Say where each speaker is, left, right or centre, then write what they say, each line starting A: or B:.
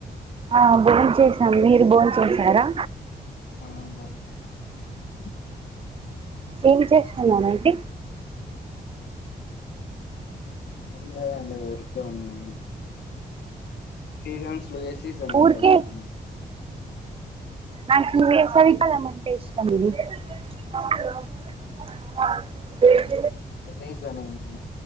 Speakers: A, on the right; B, on the left.
A: ఆ భోన్ చేసాం మీరు భోన్ చేసారా
B: ఆ బోన్ చేసాము ఇప్పుడే
A: ఏం చేస్తున్నారండి
B: ఏం లేదండి ఊరికే ఉన్నాము సీజన్స్లో ఏ సీజన్ అంటే
A: ఊరికే
B: ఇష్టమా అంటి
A: నాకు వేసవి కాలమంటే ఇష్టమండి <unintelligible>
B: రీజన్ ఏంటి